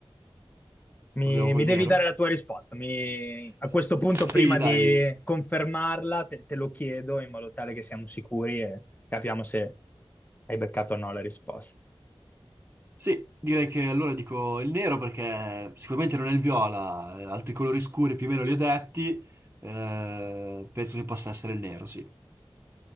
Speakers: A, on the left; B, on the right.
A: Mi,
B: Proviamo col
A: mi devi
B: nero?
A: dare la tua risposta. Mi- a
B: S-
A: questo punto,
B: sì,
A: prima
B: dai,
A: di confermarla, te, te lo chiedo in modo tale che siamo sicuri e capiamo se hai beccato o no la risposta.
B: Sì, direi che allora dico il nero perché sicuramente non è il viola, eh, altri colori scuri più o meno li ho detti, eh, penso che possa essere il nero, sì.